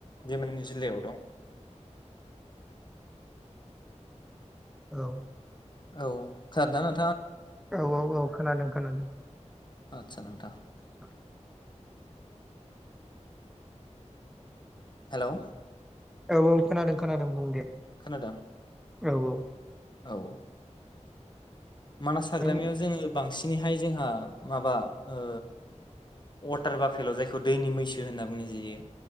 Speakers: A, on the left; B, in the centre.
A: बे माननै जिल्लायाव दं। <unintelligible>
B: औ
A: औ खारना न
B: औ औ औ खोनादों खोनादों
A: आदसा नोंथां
B: <inaudible>
A: हेलौ
B: औ औ खोनादों खोनादों बुं दे
A: खोनादों
B: औ औ
A: औ मानास हाग्रामायाव
B: नों
A: जोङो बांसि बिनिहाय जोंहा माबा ओ वाटार बाफेलाव जायखौ दैनि मैसो होनना बुंनाय जायो।